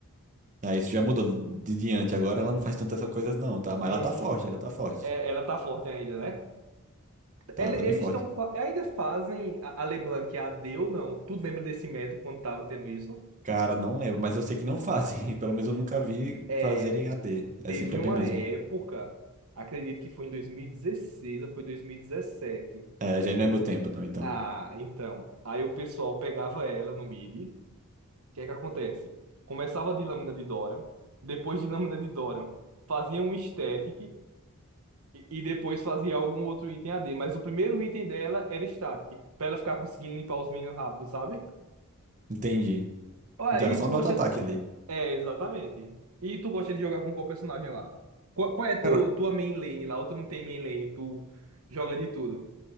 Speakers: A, on the right; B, on the right.
A: Ah, isso já mudou de de diante. Agora ela não faz tantas essas coisas não, tá? Mas
B: Não...
A: ela tá forte, ela tá forte.
B: é- ela tá forte ainda, né?
A: Tá,
B: Ele-
A: tá bem
B: Eles
A: forte.
B: estão. Ainda fazem a a LeBlanc a AD ou não? Tu lembra desse meta quando tava tendo isso?
A: Cara, não lembro, mas eu sei que não fazem. <laughs> Pelo menos eu nunca vi
B: É,
A: fazerem AD. É
B: Teve
A: sempre AP
B: uma
A: mesmo.
B: época, acredito que foi em 2016 ou foi dois mil e dezessete
A: É, já não
B: O-
A: é meu tempo, não, então.
B: Ah, então. Aí o pessoal pegava ela no MIDI. O que é que acontece? Começava de Lâmina de Dora, depois de Lâmina de Dora, fazia um static e, e depois fazia algum outro item a d Mas o primeiro item dela era static, pra ela ficar conseguindo limpar os minions rápido, sabe?
A: Entendi.
B: Olha,
A: Então
B: e
A: era só
B: tu
A: no
B: gosta.
A: auto-ataque ali.
B: É, exatamente. E tu gosta de jogar com qual personagem lá? Qual, qual é teu,
A: Cara,
B: tua main lane lá? Ou tu não tem main lane, tu joga de tudo.